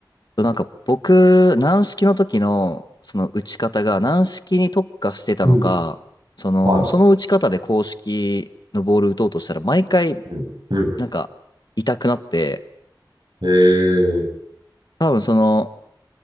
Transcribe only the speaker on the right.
ん。
はい。
うん。うん。
ええ